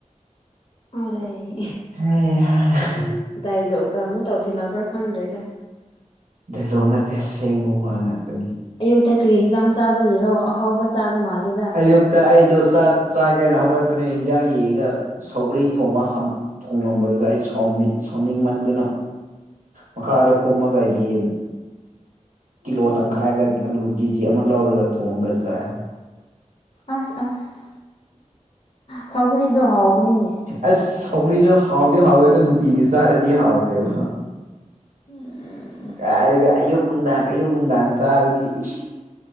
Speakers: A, on the left; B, on the right.
A: ꯑꯔꯦ
B: <unintelligible>
A: ꯗꯥꯏ ꯂꯣꯛꯑꯒ ꯑꯃꯨꯛ ꯇꯧꯁꯤꯜꯂꯛꯄ꯭ꯔꯥ ꯈꯪꯗ꯭ꯔꯦꯗ
B: ꯗꯥꯏꯂꯣꯛ ꯅꯠꯇꯦ ꯑꯁꯦꯡꯕ ꯋꯥ ꯉꯥꯛꯇꯅꯦ
A: ꯑꯌꯨꯛꯇ ꯀ꯭ꯔꯤ ꯍꯤꯟꯖꯥꯡ ꯆꯥꯕꯒꯤꯔꯣ ꯑꯍꯥꯎꯕ ꯆꯥꯕ ꯃꯥꯜꯂꯦꯗꯥ
B: ꯑꯌꯨꯛꯇ ꯑꯩꯗꯣ ꯆꯥꯛ ꯆꯥꯒꯦꯅ ꯍꯧꯒꯠꯄꯅꯦ ꯍꯤꯟꯖꯥꯡ ꯌꯦꯡꯉꯒ ꯁꯧꯒ꯭ꯔꯤ ꯊꯣꯡꯕ ꯊꯣꯡꯂꯝꯕꯗꯨꯗ ꯑꯩꯥ ꯁꯥꯎꯅꯤꯡ ꯁꯥꯎꯅꯤꯡꯃꯟꯗꯨꯅ ꯃꯈꯥꯗ ꯀꯨꯝꯃꯒ ꯌꯦꯟ ꯀꯤꯂꯣ ꯇꯪꯈꯥꯏꯒ ꯑꯂꯨ ꯀꯦ ꯖꯤ ꯑꯃ ꯂꯧꯔꯒ ꯊꯣꯡꯉꯒ ꯆꯥꯏ
A: ꯑꯁ ꯑꯁ ꯁꯧꯥꯎꯒꯔꯤꯗꯣ ꯍꯥꯎꯕꯅꯤꯅꯦ
B: ꯑꯁ ꯁꯧꯒ꯭ꯔꯤꯗꯨ ꯍꯥꯎꯗꯤ ꯍꯥꯎꯋꯦ ꯑꯗꯣ ꯅꯨꯡꯇꯤꯒꯤ ꯆꯥꯔꯗꯤ ꯍꯥꯎꯇꯦꯕ
A: ꯎꯝ
B: ꯀꯥꯏꯒ ꯑꯌꯨꯛ ꯅꯨꯡꯗꯥꯡ ꯑꯌꯨꯛ ꯅꯨꯡꯗꯥꯡ ꯆꯥꯔꯗꯤ ꯏꯁ